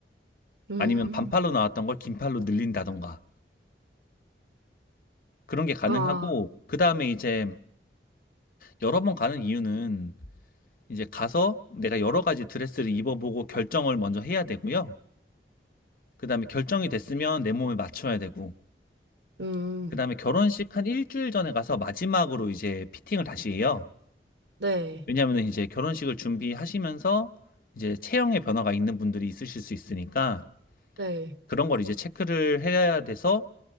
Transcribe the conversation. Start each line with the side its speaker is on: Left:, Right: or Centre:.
Right: 음.
Left: 아니면 반팔로 나왔던 걸 긴팔로 늘린다던가 그런 게 가능하고
Right: 아,
Left: 그 다음에 이제 여러 번 가는 이유는 이제 가서 내가 여러 가지 드레스를 입어보고 결정을 먼저 해야 되고요. 그 다음에 결정이 됐으면 내 몸에 맞춰야 되고
Right: 음.
Left: 그 다음에 결혼식 한 일주일 전에 가서 마지막으로 이제 피팅을 다시 해요.
Right: 네.
Left: 왜냐하면 이제 결혼식을 준비하시면서 이제 체형의 변화가 있는 분들이 있으실 수 있으니까
Right: 네.
Left: 그런 걸 이제 체크를 해야 돼서